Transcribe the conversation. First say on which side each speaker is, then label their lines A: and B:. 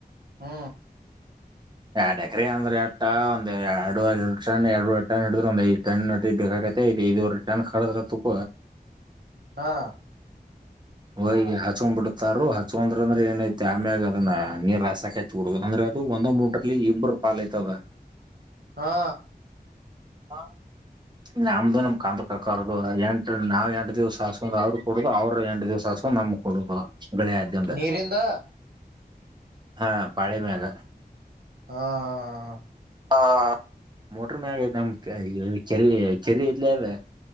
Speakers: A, on the right; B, on the right.
A: ಹ್ಮ
B: ಎಡಕ್ರಿ ಅಂದ್ರ ಅಟ್ಟ ಒಂದ್ ಎರಡು ರಿಟರ್ನ್ ಎರಡು ರಿಟರ್ನ್ ಹಿಡಿದ್ರ ಒಂದ್ ಐದು ಟರ್ನ್ ಹಡ್ರಿ ಬೇಕಾಗತ್ತದ್ ಐದೂ ರಿಟರ್ನ್ ಕದ್ರ ತಕ
A: ಹಾ
B: ಹೋಗ ಹಚ್ಕೊಂಡ್ ಬಿಡ್ತಾರ ಹಚ್ಂದ್ರ ಅಂದ್ರೆ ಏನೈತಿ ಆಮ್ಯಾಗ ಅದನ್ನ ನೀರ್ ಹಸಕಚ್ಚ ಡ ಅಂದ್ರೆ ಅದು ಒಂದೊ್ ಮೂಟಲಿ ಇಬ್ಬರು ಪಾಲ್ಐತದ
A: ಹಾ
B: ಹ ನಮ್ದು ನಮ್ ಕಾಂ್ರ ಕಕಾರದು ಎಂಟ ನಾವ್ ಎಂಟು ದಿವ್ಸ ಹಾಸ್ಕೊಂಡ್ ಅವ್ರ ಕೊಡುದು ಅವ್ರ ಎಂಟು ದಿವ್ಸ ಹಾಕಕೊಂಡ್ ನಮ್ ಕೊಡುದು ಬೆಳಿ ಆ್ದಂತ
A: ನೀರಿಂದ
B: ಹಾ ಪಳೆಮೇಘ
A: ಹಾ ಹಾ ಹಾ ಹಾ
B: ಹ ಮೋಟ್ರ ಮ್ಯಾಗಐ ನಮ್ ಚರಿ ಚರ್ರಿ ಇದ್ಲವೆ